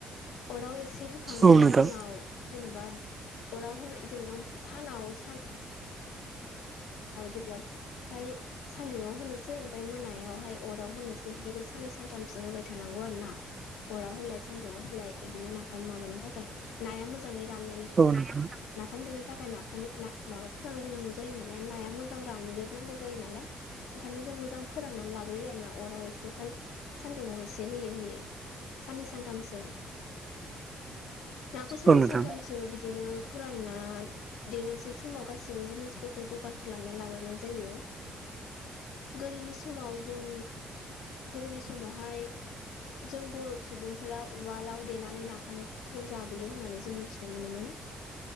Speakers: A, on the left; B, on the right.
A: अराव एसे होखांनायनि
B: औ नोंथां
A: उनाव जेनेबा अराव होना जेनेबा सानाव सान जेब्ला हाय सान्दुंङाव होनोसै ओमफ्राय मोनायावहाय अराव होनोसै बिदिनो साननै सानथामसो होबाय थानांगौ आरो ना। अराव होलाय सान्दुंङाव होलाय बिदिनो नाफाम माबानो थाखाय नाया मोजाङै राननायनि
B: औ
A: फाय
B: नोंथां
A: नाफाम देनो थाखाय नाखौनो ना माबा फोरानग्रोनांगौ जायो ना नाया मोजां रानग्रोनांगौ जायो नालाय। ओंखायनो जों मोजां फोराननानै लाग्रोयो आरो ना अराव एसे सान सान्दुंआव एसे होयै होयै। साननै सानथामसो नाखौ साननै
B: औ नोंथां
A: सानथामसो बिदिनो फोरानना देनोसै समाव गासिबो जिनिसफोर खौ जगार खालामना लाग्रोनाय जायो गोदोनि समाव जों गोदोनि समावहाय जों बर' सुबुंफोरा उवालाव देनानै नाफामखौ जाबोयो होननानै जों मिथिनो मोनोमोन।